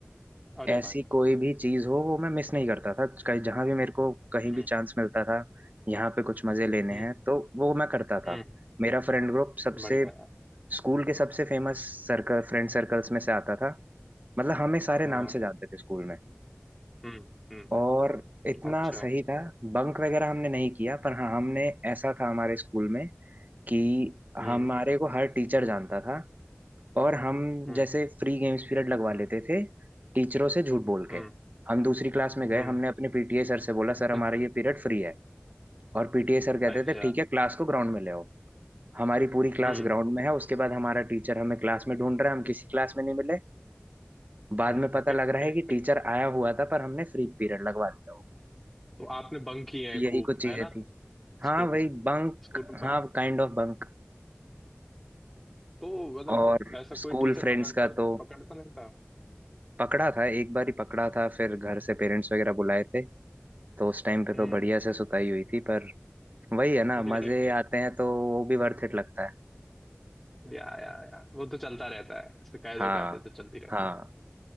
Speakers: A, in the centre; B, on the right.
A: अरे
B: ऐसी
A: भाई
B: कोई भी चीज हो वो मैं मिस नहीं करता था कहीं जहां भी मेरे को कहीं
A: हम्म
B: भी चांस मिलता था यहाँ पे कुछ मजे लेने
A: हम्म
B: हैं तो वो मैं करता
A: हम्म।
B: था मेरा फ्रेंड ग्रुप सबसे
A: बढ़िया है
B: स्कूल के सबसे फेमस सर्कल फ्रेंड सर्कल्स में से आता था मतलब हमें सारे
A: हाँ,
B: नाम से जानते थे स्कूल में
A: हम्म हम्म
B: और इतना
A: अच्छा
B: सही था बंक वगैरह हमने नहीं किया पर हाँ हमने ऐसा था हमारे स्कूल में कि
A: हम्म
B: हमारे को हर टीचर जानता था और हम
A: हम्म
B: जैसे फ्री गेम्स पीरियड लगवा लेते थे टीचरों से झूठ बोल
A: हम्म
B: के हम दूसरी क्लास में गए
A: हम्म
B: हमने अपने पीटीए सर से बोला
A: <laughs>
B: सर हमारा ये पीरियड फ्री है और पीटीए सर कहते
A: अच्छा
B: थे ठीक है क्लास को ग्राउंड में ले आओ हमारी पूरी क्लास
A: हम्म
B: ग्राउंड में है उसके बाद हमारा टीचर हमें क्लास में ढूंढ रहा है हम किसी क्लास में नहीं मिले बाद
A: <laughs>
B: में पता लग रहा है कि टीचर आया हुआ था पर हमने फ्री पीरियड लगवा दिया हो
A: तो आपने बंक किए
B: तो
A: हैं
B: यही
A: खूब
B: कुछ चीजें
A: है ना
B: थी
A: स्कूल
B: हाँ वही
A: में
B: बंक
A: स्कूल में बंक
B: हाँ काइंड ऑफ बंक
A: तो मतलब
B: और
A: ऐसा कोई
B: स्कूल
A: टीचर
B: फ्रेंड्स
A: पकड़ता
B: का तो
A: पकड़ता नहीं था
B: पकड़ा था एक बार ही पकड़ा था फिर घर से पेरेंट्स वगैरह बुलाए थे तो उस टाइम पे
A: हम्म
B: तो बढ़िया से सुताई हुई थी पर वही है
A: <laughs>
B: ना मजे आते हैं तो वो भी वर्थ इट लगता है
A: या या या वो तो चलता रहता है शिकायत
B: हाँ
A: विकायतें तो चलती रहती
B: हाँ
A: हैं